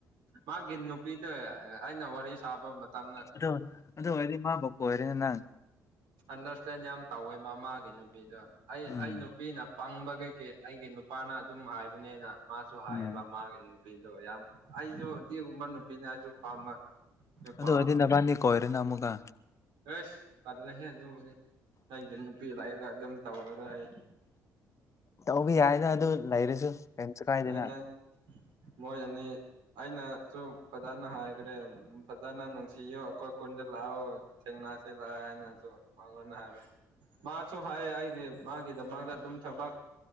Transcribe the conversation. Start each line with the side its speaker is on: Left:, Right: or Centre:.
Right: ꯃꯥꯒꯤ ꯅꯨꯄꯤꯗ ꯑꯩꯅ ꯋꯥꯔꯤ ꯁꯥꯕ ꯃꯇꯝ
Left: ꯑꯗꯣ ꯑꯗꯨ ꯑꯣꯏꯔꯗꯤ ꯃꯥꯕꯣꯛꯀ ꯑꯣꯏꯔꯦꯅꯦ ꯅꯪ
Right: ꯑꯟꯗꯔꯁꯇꯦꯟ ꯌꯥꯝ ꯇꯧꯋꯦ ꯃꯃꯥꯒꯤ ꯅꯨꯄꯤꯗꯣ ꯑꯩ
Left: ꯎꯝ
Right: ꯑꯩ ꯅꯨꯄꯤꯅ ꯄꯪꯕ ꯀꯩꯀꯩ ꯑꯩꯒꯤ ꯅꯨ ꯅꯨꯄꯥꯅ ꯑꯗꯨꯝ ꯍꯥꯏꯕꯅꯦꯅ ꯃꯥꯁꯨ ꯍꯥꯏꯌꯦꯕ
Left: ꯎꯝ
Right: ꯃꯥꯒꯤ ꯅꯨꯄꯤꯗꯣ ꯌꯥꯝ ꯑꯩꯁꯨꯗꯤꯒꯨꯝꯕ ꯅꯨꯄꯤꯅ ꯑꯩꯁꯨ ꯄꯥꯝꯃ ꯄ
Left: ꯑꯗꯨ ꯑꯣꯏꯔꯗꯤ ꯅꯕꯥꯅꯤ ꯀꯣꯏꯔꯦꯅ ꯑꯃꯨꯛꯀ
Right: ꯑꯦꯁ ꯇꯗꯂꯦꯅꯦꯦ ꯑꯩꯁ ꯅꯨꯄꯤ ꯂꯔꯒ ꯑꯗꯨꯝ ꯇꯧꯔꯔ ꯑꯩ
Left: ꯇꯧꯕ ꯌꯥꯏꯅ ꯑꯗꯨ ꯂꯩꯔꯁꯨ ꯀꯩꯝꯁꯨ ꯀꯥꯏꯗꯦꯅ
Right: ꯑꯩꯅ ꯃꯣꯏ ꯑꯅꯤ ꯑꯩꯅ ꯁꯨꯝ ꯐꯖꯥꯅ ꯍꯥꯏꯈ꯭ꯔꯦ ꯎ ꯐꯖꯅ ꯅꯨꯡꯁꯤꯌꯨ ꯑꯩꯈꯣꯏ ꯀꯨꯟꯗ ꯂꯥꯛꯑꯣ ꯊꯦꯡꯅꯥꯁꯤꯦ ꯂꯥꯛꯑꯣ ꯍꯥꯏꯅ ꯃꯉꯣꯟꯗ ꯍꯥꯏꯕ ꯃꯥꯁꯨ ꯍꯥꯏꯌꯦ ꯑꯩꯒꯤ ꯃꯥꯒꯤꯗꯃꯥꯡꯗ ꯑꯗꯨꯝ ꯊꯕꯥꯛ